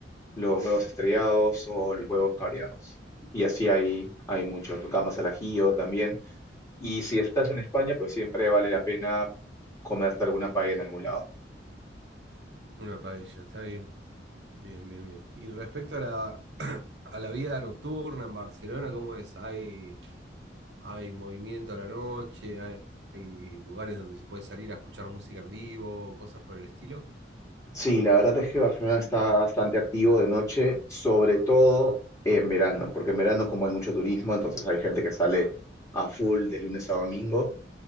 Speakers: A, on the left; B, on the right.
A: los huevos estrellados o los huevos cabreados. Y así hay, hay muchos, gambas al ajillo también. Y si estás en España, pues siempre vale la pena comerte alguna paella en algún lado.
B: Una paella, está bien. Bien, bien, bien. Y respecto a la, <clears throat> a la vida nocturna en Barcelona, ¿cómo es? ¿Hay, hay movimiento a la noche? ¿Hay, hay lugares donde se puede salir a escuchar música en vivo? ¿Cosas por el estilo?
A: Sí, la verdad es que Barcelona está bastante activo de noche, sobre todo en verano, porque en verano como hay mucho turismo, entonces hay gente que sale a full de lunes a domingo.